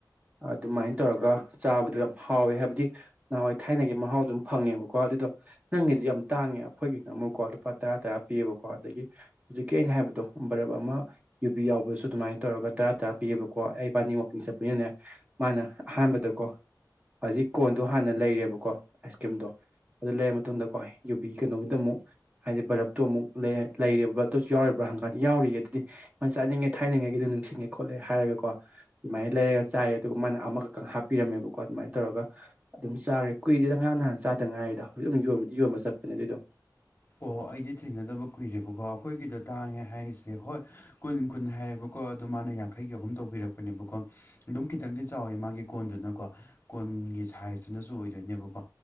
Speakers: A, on the right; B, on the left.
A: ꯑꯗꯨꯃꯥꯏꯟ ꯇꯧꯔꯒ ꯆꯥꯕꯗꯣ ꯌꯥꯝ ꯍꯥꯎꯋꯦ ꯍꯥꯏꯕꯗꯤ ꯅꯍꯥꯟꯋꯥꯏ ꯊꯥꯏꯅꯒꯤ ꯃꯍꯥꯎꯗꯨꯝ ꯐꯪꯉꯦꯕꯀꯣ ꯑꯗꯨꯗꯣ ꯅꯪꯒꯤꯗꯤ ꯌꯥꯝ ꯇꯥꯡꯉꯦ ꯑꯩꯈꯣꯏꯒꯤꯅ ꯑꯃꯨꯛꯀꯣ ꯂꯨꯄꯥ ꯇꯔꯥ ꯇꯔꯥ ꯄꯤꯌꯦꯕꯀꯣ ꯑꯗꯒꯤ ꯍꯧꯖꯤꯛꯀꯤ ꯑꯩꯅ ꯍꯥꯏꯕꯗꯣ ꯕꯔꯞ ꯑꯃ ꯌꯨ ꯕꯤ ꯌꯥꯎꯕꯁꯨ ꯑꯗꯨꯃꯥꯏ ꯇꯧꯔꯒ ꯇꯔꯥ ꯇꯔꯥ ꯄꯤꯌꯦꯕꯀꯣ ꯑꯩ ꯕꯥꯅꯤ ꯋꯥꯛꯀꯤꯡ ꯆꯠꯄꯅꯤꯅꯦ ꯃꯥꯅ ꯑꯍꯥꯟꯕꯗ ꯀꯣ ꯍꯧꯖꯤꯛ ꯀꯣꯟꯗꯣ ꯍꯥꯟꯅ ꯂꯩꯔꯦꯕꯀꯣ ꯑꯥꯏꯁ ꯀꯤꯝꯗꯣ ꯑꯗꯨ ꯂꯩꯔ ꯃꯇꯨꯡꯗꯀꯣꯏ ꯌꯨꯕꯤꯒꯤ ꯀꯩꯅꯣꯒꯤꯗ ꯑꯃꯨꯛ ꯍꯥꯏꯗꯤ ꯕꯔꯞꯇꯣ ꯑꯃꯨꯛ ꯂꯩ ꯂꯩꯔꯤꯕ ꯕꯞꯇꯨꯁꯨ ꯌꯥꯎꯔꯤꯕ꯭ꯔꯥ ꯍꯪꯒꯥꯥꯟꯗꯤ ꯌꯥꯎꯔꯤꯒ ꯑꯗꯨꯗꯤ ꯅ ꯆꯥꯅꯤꯡꯉꯦ ꯊꯥꯏꯅꯤꯡꯉꯩꯒꯤꯗꯣ ꯑꯗꯨꯝ ꯅꯤꯡꯁꯤꯡꯉꯦ ꯈꯣꯠꯂꯦ ꯍꯥꯏꯔꯒꯀꯣ ꯑꯗꯨꯃꯥꯏꯅ ꯂꯩꯔꯒ ꯆꯥꯏ ꯑꯗꯨꯒ ꯃꯥꯅ ꯑꯃꯈꯛꯇꯪ ꯍꯥꯞꯄꯤꯔꯝꯃꯦꯕꯀꯣ ꯑꯗꯨꯃꯥꯏꯅ ꯇꯧꯔꯒ ꯑꯗꯨꯝ ꯆꯥꯔꯦ ꯀꯨꯏꯗꯦꯗ ꯉꯍꯥꯟ ꯅꯍꯥꯟ ꯆꯥꯗ ꯉꯥꯏꯔꯤꯗ ꯍꯧꯖꯤꯛ ꯑꯗꯨꯝ ꯌꯣꯟꯕꯗꯤ ꯌꯣꯟꯕ ꯆꯠꯄꯅꯦ ꯑꯗꯨꯏꯗꯣ
B: ꯑꯣ ꯑꯩꯗꯤ ꯊꯦꯡꯅꯗꯕ ꯀꯨꯏꯔꯦꯕꯀꯣ ꯑꯩꯈꯣꯏꯒꯤꯗꯣ ꯇꯥꯡꯉꯦ ꯍꯥꯏꯔꯤꯁꯦ ꯍꯣꯏ ꯀꯨꯟ ꯀꯨꯟ ꯍꯥꯏꯌꯦꯕ ꯀꯣ ꯑꯗꯣ ꯃꯥꯅ ꯌꯥꯡꯈꯩꯒꯤ ꯑꯍꯨꯝ ꯇꯧꯕꯤꯔꯛꯄꯅꯦꯕꯀꯣ ꯑꯗꯨꯝ ꯈꯤꯇꯪꯗꯤ ꯆꯥꯎꯋꯦ ꯃꯥꯒꯤ ꯀꯣꯟꯗꯨꯅꯀꯣ ꯀꯣꯟꯒꯤ ꯁꯥꯏꯖꯇꯨꯅꯁꯨ ꯑꯣꯏꯗꯣꯏꯅꯦꯕꯀꯣ